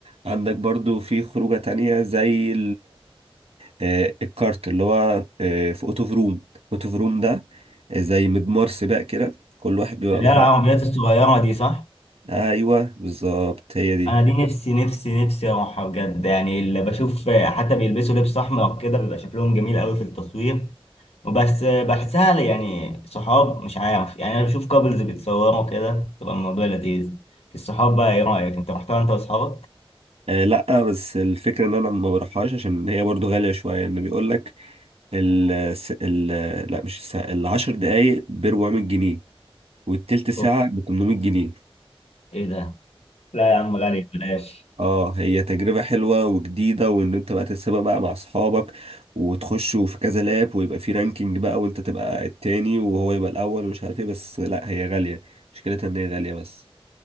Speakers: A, on the right; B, on the left.
A: عندك برضو في خروجة تانية زي آه، الكارت اللي هو آه، في اوتو فروم اوتو فروم ده آه، زي مضمار سباق كده كل واحد بيبقى
B: اللي
A: معاه
B: هي العربيات الصغيرة دي صح؟
A: ايوه بالظبط هي دي
B: أنا دي نفسي نفسي نفسي أروحها بجد يعني اللي بشوف حتى بيلبسوا لبس أحمر كده بيبقى شكلهم جميل أوي في التصوير وبس بحسها يعني صحاب مش عارف يعني أنا بشوف كابلز بيتصوروا كده تبقى الموضوع لذيذ في الصحاب بقى إيه رأيك؟ أنت رحتها أنت وأصحابك؟
A: آه لا بس الفكره ان انا ما بروحهاش عشان هي برضو غاليه شويه ان بيقول لك ال الس- ال لا مش الساعه العشر دقايق ب 400 جنيه والتلت ساعه
B: أوف
A: ب 800 جنيه
B: إيه ده؟ لا يا عم غالي بلاش
A: اه هي تجربة حلوة وجديدة وان انت بقى تتسابق بقى مع اصحابك وتخشوا في كذا لاب ويبقى في رانكينج بقى وانت تبقى التاني وهو يبقى الاول ومش عارف ايه بس لا هي غالية مشكلتها ان هي غالية بس